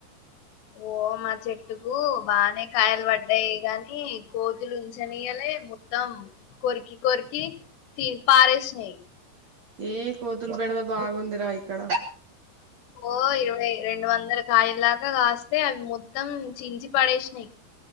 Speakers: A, on the left; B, on the right.
A: ఓ మా చెట్టుకు బానే కాయలు పడ్డాయి గాని కోతులు ఉంచనీయలే మొత్తం కొరికి కొరికి తిన్ని పారేస్నెయ్
B: ఏ కోతులు బెడదా బాగుందిరా ఇక్కడ
A: ఓ ఇరవై రెండు వందల కాయలదాకా కాస్తే అవి మొత్తం చించి పడేసినయ్